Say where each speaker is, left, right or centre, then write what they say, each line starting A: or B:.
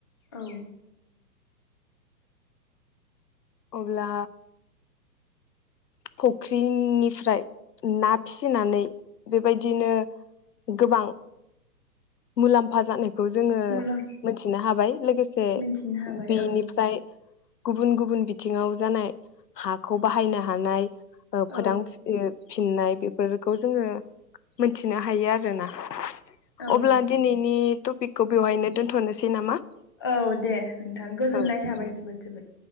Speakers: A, on the left; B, on the left.
A: औ।
B: अब्ला फुख्रिनिफ्राय ना फिसिनानै बेबायदिनो गोबां। मुलाम्फा जानाय। खौ जोङो
A: मुलाम
B: मिथिनो हाबाय। लोगो से
A: मिथिनो हाबाय
B: बेनिफ्राय
A: औ
B: गुबुन गुबुन बिथिङाव जानाय हाखौ बाहायनो हानाय <unintelligible>
A: औ
B: फिननाय बेफोरखौ जोङो मोनथिनो हायो आरोना।
A: औ
B: अब्ला दिनैनि टपिकखौ बेवहायनो दोन्थनोसै। नामा।
A: औ दे नोंथां गोजोननाय
B: औ
A: थाबाय जोबोद जोबोद